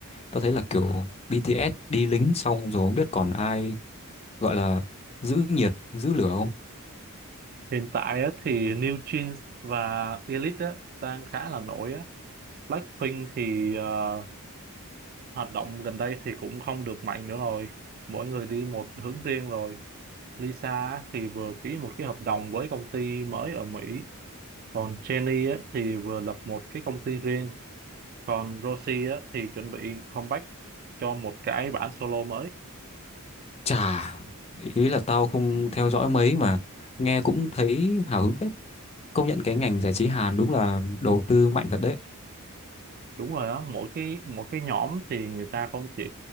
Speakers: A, on the left; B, on the right.
A: tao thấy là kiểu BTS đi lính xong rồi không biết còn ai gọi là giữ nhiệt giữ lửa không
B: hiện tại á thì New Jeans và Elite á đang khá là nổi á Blackpink thì ờ, hoạt động gần đây thì cũng không được mạnh nữa rồi mỗi người đi một hướng riêng rồi Lisa á, thì vừa ký một cái hợp đồng với công ty mới ở Mỹ, còn Jenny á, thì vừa lập một cái công ty riêng, còn Rosie á, thì chuẩn bị comeback cho một cái bản solo mới.
A: chà ý là tao không theo dõi mấy mà nghe cũng thấy hào hứng phết công nhận cái ngành giải trí Hàn đúng là đầu tư mạnh thật đấy
B: Đúng rồi đó, mỗi cái mỗi cái nhóm thì người ta không chỉ